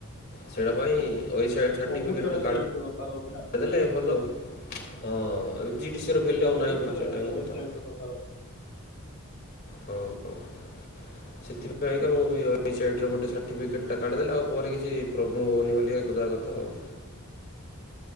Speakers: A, on the left; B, on the left.
A: ସେଇଟା ପାଇଁସ ସାର୍ଟିଫିକେଟ୍
B: ସବୁଥିରେ
A: ଗୋଟେ
B: ୱେବସାଇଟ
A: କାର୍ଡ଼
B: ର ଦରକାର ହଉଛି ନା
A: ଦେଲେ ଭଲ ହିଁ ପି ଜି ଡି ସିଏ ର ବେଲୁର
B: ସବୁଥିରେ
A: ଆଉ ନାହିଁ ସେଇଟା ତ କଥା।
B: <inaudible>
A: ହଉ ହଉ। ସେଥିପାଇଁକା ମୁଁ ସାଇଟ୍ର ଗୋଟେ ସାର୍ଟିଫିକେଟ୍ କା଼ଡି ଦେଲେ ଆପରେ କିଛି ପ୍ରୋବ୍ଲେମ୍ ହେବନି ବୋଲି କ ଦେବା କଥା। ଆଉ